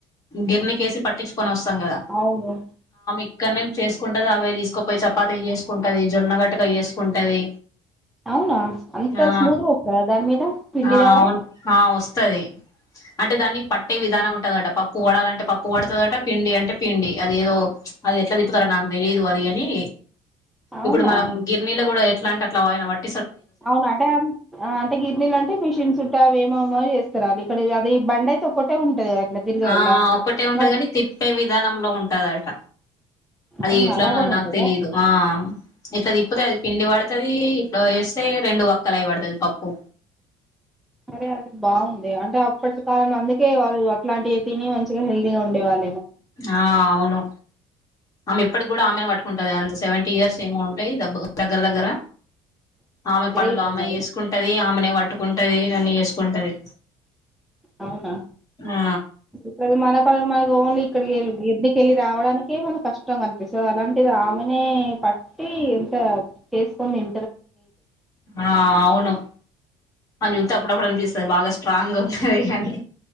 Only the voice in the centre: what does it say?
అవును
అవునా అంత
స్మూత్గా వస్తదా దాని మీద పిండిలాగా
అవునా
అవునా అంటే అంటే గిరినీలు అంటే మిషిన్స్ ఉంటావి ఏమమో చేస్తా ఇస్త అ ఇక్కడ అది బండాయి త ఒకటే ఉంటది అట్లా తిరగలా
మరి
అవునా
అలా కూడా
ఉంటదా
అరే అది బాగుంది అంటే అప్పటి కాలంలో అందుకే వాళ్ళు అట్లాంటివి తిని మంచిగా హెల్దీగా ఉండేవాళ్ళు
గ్రేటే
మరి
అవునా
ఇప్పుది మనపానులు మా ఓన్లీ ఇక్కడికి వెళ్ళ ఎందుకెళ్ళలి రావడాకే మన కష్టం కనిపిస్తుంది అలాంటిది ఆమెనే పట్టి ఎంత చేసుకొని ఎ